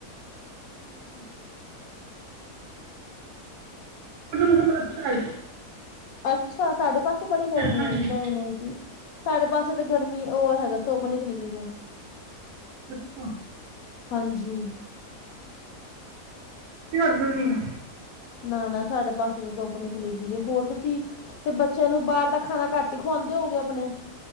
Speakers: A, on the right; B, on the left.
A: ਹੂੰ। ਦਾ ਮੌਸਮ ਬੜਾ ਅੱਛਾ ਏ।
B: ਅੱਛਾ, ਸਾਡੇ ਪਾਸੇ ਬੜੀ ਗਰਮੀ
A: ਹਾਂਜੀ
B: ਐ, ਨਈ-ਨਈ ਜੀ। ਸਾਡੇ ਪਾਸੇ ਤਾਂ ਗਰਮੀ ਓ ਹੈਗਾ ਧੁੱਪ ਨਿਕਲਗੀ ਏ।
A: ਅੱਛਾ।
B: ਹਾਂਜੀ।
A: ਕਰ ਦੀਨੀ ਆ।
B: ਨਾ ਨਾ ਸਾਡੇ ਪਾਸੇ ਤਾਂ ਧੁੱਪ ਨਿਕਲੀ ਵੀ ਐ ਹੋਰ ਤੁਸੀਂ ਤੇ ਬੱਚੇਆਂ ਨੂੰ ਬਾਰ ਦਾ ਖਾਣਾ ਘੱਟ ਹੀ ਖਵਾਉਦੇ ਹੋ ਗਏ ਆਪਣੇ?